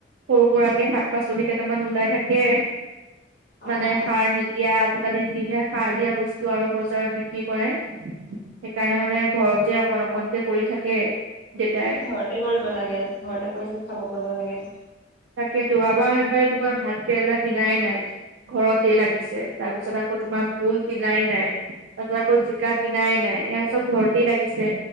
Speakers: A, on the right; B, on the left.
A: সৰু সুৰাকে শাক-পাচলি কেইটামান ওলাই থাকে,
B: অ
A: মানে
B: অ
A: সাৰ নি দিয়া আজিকালি যিহে সাৰ দিয়া বস্তু আৰু বজাৰত বিক্ৰী কৰে। সেইকাৰণে মানে ঘৰতে অকণ অকনকে কৰি থাকে। দেউতাই
B: এ ঘৰতে কৰিব লাগে ঘৰতে কৰি চব খাব কৰিব লাগে।
A: তাকেতো যোৱাবাৰ তোমাৰ ভাত কেৰেলা কিনাই নাই ঘৰতেই লাগিছে। তাৰপিছত আকৌ তোমাৰ ভুল কিনাই নাই। তাৰপিচত আকৌ জিকা কিনাই নাই এয়া চব ঘৰতেই লাগিছে।